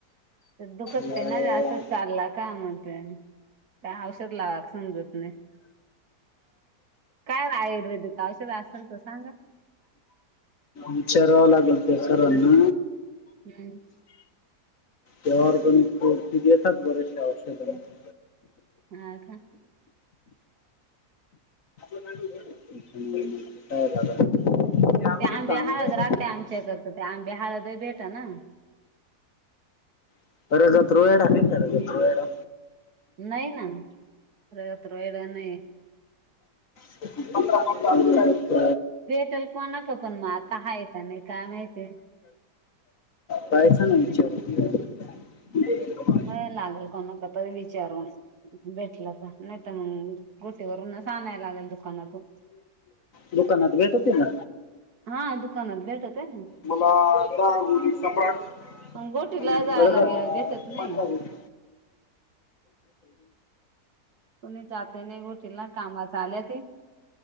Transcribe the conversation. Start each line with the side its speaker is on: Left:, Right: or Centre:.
Right: दुखतय
Left: या-
Right: ना जास्त चालला का? म्हतेय मी. काय औषध लावा समजत नाही. काय आयुर्वेदिक औषध असेल तर सांगा.
Left: विचारावा लागल ते करना.
Right: हम्म.
Left: तेव्हा तीेतात बरेसे औषधण. <inaudible>
Right: हा का?
Left: काय <inaudible>
Right: ते आंब्ये
Left: चांगलं
Right: हळद
Left: आहे बरं
Right: राहते आमच्याकत, ते आंब्ये हळदय भेटा ना.
Left: का. रगत रोडा आहे का? रगत रोडा.
Right: नाही ना. रगत रोहीडा नये.
Left: ंरा <inaudible>
Right: भेटल कोणाक पण म, आता हाये का नाही काय माहिती.
Left: पायच ना विचारुन. <inaudible>
Right: पाहायला लागल कोणाक तरी विचारून. भेटल त. नाही त मग घोटीवरूनच आणायला लागेल दुकानातून.
Left: दुकानात भेटते ना.
Right: हा दुकानात भेटातय ना.
Left: मला दहा गोणी सम्राट.
Right: पण गोटीला
Left: आणि
Right: जायला
Left: बरं का?
Right: वेळ मिळत नाही.
Left: पंधरा गोळी
Right: कोणी जाते नाही घोटीला. कामा चाल्या ती.